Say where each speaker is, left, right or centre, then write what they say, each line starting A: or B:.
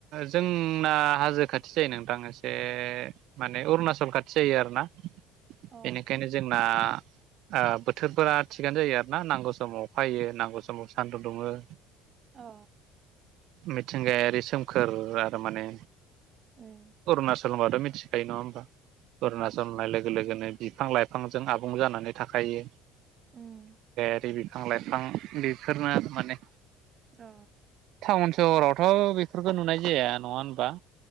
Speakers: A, on the right; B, on the right.
A: जोंना हाजो खाथि जायो नोंथां एसे माने अरुणाचल खाथि जायो आरो ना।
B: अ
A: बेनिखायनो जोंना आ बोथोरफोरा थिगानो जायो आरो। ना नांगौ समाव फैयो नांगौ समाव सान्दुं दुङो।
B: अ
A: मिथिंगायारि सोमखोर आरो माने
B: उम
A: अरुणचल होनबाथ' मिथिखायो नङा होमबा
B: उम
A: अरुनाचल लोगो लोगो लोगोनो बिफां लाइफांजों आबुं जानानै थाखायो।
B: उम
A: बे बिफां लाइफां बेफोरनो माने
B: ओ
A: टाउन सहरावथ' बेफोरखौ नुनाय जाया नङा होमबा?